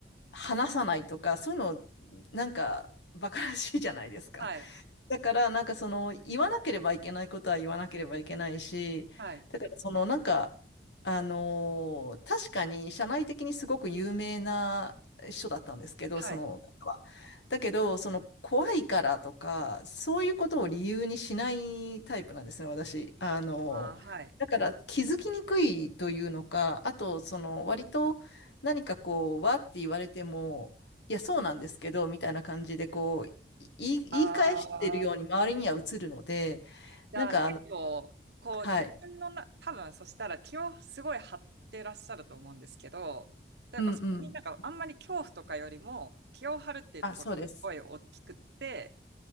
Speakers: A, on the left; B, on the right.
A: 話さないとか、そういうの、なんか、馬鹿らしいじゃないですか。
B: はい、
A: だから、なんかその、言わなければいけないことは言わなければいけないし、
B: はい、
A: だからその、なんか、あのー確かに社内的にすごく有名な人だったんですけど、
B: はい。
A: その方は。だけど、その、怖いからとか、そういうことを理由にしないタイプなんですね、私。あのーだから、
B: ああ、はい。
A: 気づきにくいというのか、あと、その、割と何かこう、わって言われても、いや、そうなんですけど、みたいな感じで、こう、い言い言い返してるように周りには映るので、
B: ああ、じゃあ結構、
A: なんかあの
B: こう自分のな、
A: はい。
B: 多分そしたら気をすごい張ってらっしゃると思うんですけど、というかそこになんかあんまり恐怖とかよりも気を張るっていうところがすごい大きくって、
A: うんうん。あ、そうです。